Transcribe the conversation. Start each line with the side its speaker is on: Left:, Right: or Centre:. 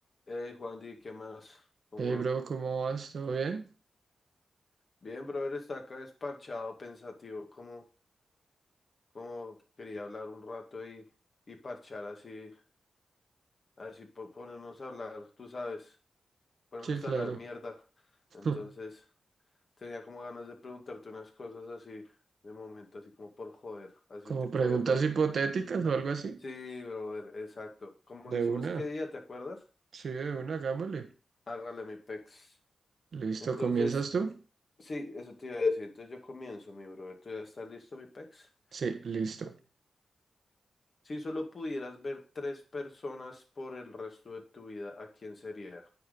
Left: Hey, Juan, Di, ¿qué más? ¿Cómo
Right: Hey,
Left: va?
Right: bro, ¿cómo vas? ¿Todo bien?
Left: Bien, brother, está acá desparchado, pensativo, como, como quería hablar un rato y, y parchar así, así po- ponernos a hablar, tú sabes, ponernos
Right: Sí, claro.
Left: a hablar mierda. Entonces,
Right: <laughs>
Left: tenía como ganas de preguntarte unas cosas así, de momento, así como por joder, así
Right: Como
Left: un tipo
Right: preguntas
Left: de juego.
Right: hipotéticas o algo así.
Left: Sí, brother, exacto. Como lo
Right: De
Left: hicimos
Right: una.
Left: qué día, ¿te acuerdas?
Right: Sí, de una, hagámosle.
Left: Hágale mi pex.
Right: Listo,
Left: Entonces,
Right: ¿comienzas tú?
Left: sí, eso te iba a decir. Entonces yo comienzo, mi brother. ¿Tú ya estás listo, mi pex?
Right: Sí, listo.
Left: Si solo pudieras ver tres personas por el resto de tu vida, ¿a quién sería?